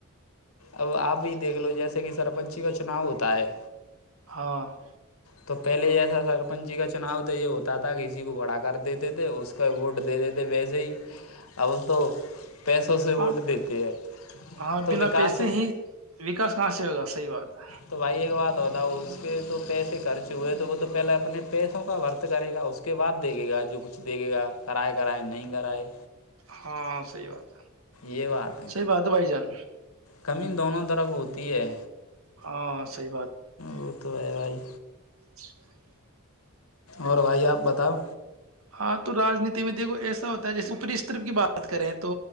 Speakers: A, on the left; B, on the right.
A: اب آپ ہی دیکھ لو جیسے کہ سرپنچی کا چناؤ ہوتا ہے
B: ہاں <unintelligible>
A: تو پہلے جیسا سرپنچی کا چناؤ تو یہ ہوتا تھا کہ کسی کو بھڑا کر دیتے تھے اس کا ووٹ دے دیتے <unintelligible> وسے ہی اب تو <unintelligible> سے ووٹ
B: ہاں
A: دیتے ہیں
B: ہاں
A: تو
B: بنا
A: وکاس
B: پیسے ہی وکاس کہاں سے ہوگار <unintelligible> صحیحات ہے <unintelligible>
A: تو بھائی ایک بات بتاؤ اس کے تو پیسے خرچ ہوئے تو وہ تو پہلے اپنے پیسوں کا وورت کرے گا اس کے بعد دیکھے گا جو کچھ دیکھے گا کرائے کرائے نہیں کرائے
B: ہاں سحی بات
A: یہ بات ہے
B: س باتات بھائی جان
A: کمی دونوں طرف ہوتی ہے
B: ہاں صحیح
A: وہ تو ہے بھائی
B: اچھا <unintelligible>
A: اور بھائی آپ بتاؤ
B: ہاں تو رانیتی میں دیکھو ایسا ہوتا ہے جیسے اپری استر کی بات کریں تو